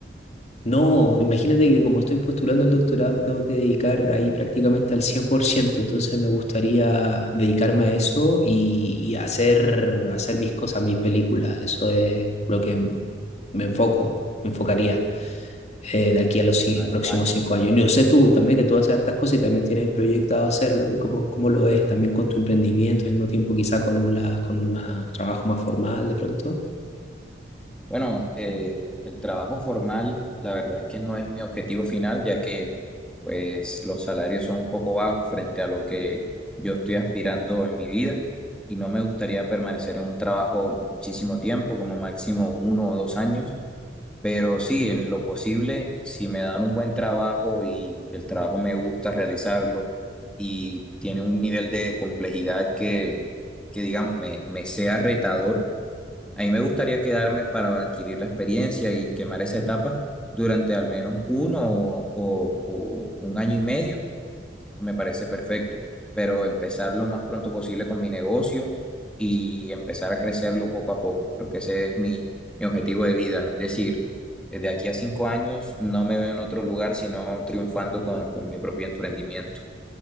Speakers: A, on the left; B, in the centre.
A: No, imagínate que como estoy postulando el doctorado me tengo que dedicar ahí prácticamente al 100%. entonces me gustaría dedicarme a eso y, y hacer, hacer mis cosas, mis películas, eso es lo que me enfoco, me enfocaría eh, de aquí a los ci-
B: Vale,
A: próximos
B: vale.
A: cinco años. Y yo sé tú también que tú haces hartas cosas y también tienes proyectado hacerlo, ¿cómo, cómo lo ves también con tu emprendimiento y al mismo tiempo quizá con un, la- con un trabajo más formal de pronto?
B: Bueno, eh, el trabajo formal, la verdad es que no es mi objetivo final, ya que pues los salarios son un poco bajos frente a lo que yo estoy aspirando en mi vida y no me gustaría permanecer en un trabajo muchísimo tiempo, como máximo uno o dos años, pero sí, en lo posible, si me dan un buen trabajo y el trabajo me gusta realizarlo y tiene un nivel de complejidad que, que digamos, me, me sea retador, a mí me gustaría quedarme para adquirir la experiencia y quemar esa etapa durante al menos uno o, o- o un año y medio me parece perfecto, pero empezar lo más pronto posible con mi negocio y empezar a crecerlo poco a poco. Creo que ese es mi, mi objetivo de vida. Es decir, eh, de aquí a cinco años no me veo en otro lugar sino triunfando con, con mi propio emprendimiento.